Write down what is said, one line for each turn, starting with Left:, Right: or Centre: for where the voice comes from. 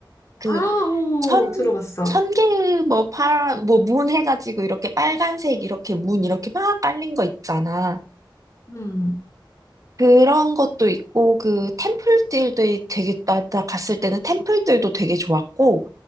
Right: 그
Left: 아, 오,
Right: 천,
Left: 들어봤어.
Right: 천개 뭐 파란, 뭐 문 해가지고 이렇게 빨간색 이렇게 문 이렇게 막 깔린 거 있잖아.
Left: 음,
Right: 그런 것도 있고, 그 템플들도 되게, 나, 나 갔을 때는 템플들도 되게 좋았고,